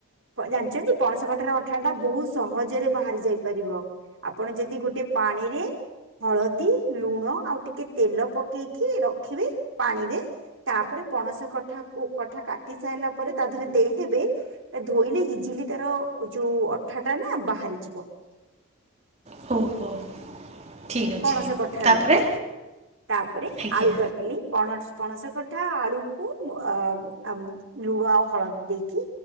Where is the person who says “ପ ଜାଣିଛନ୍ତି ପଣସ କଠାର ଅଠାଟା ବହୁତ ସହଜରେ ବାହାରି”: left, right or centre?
Right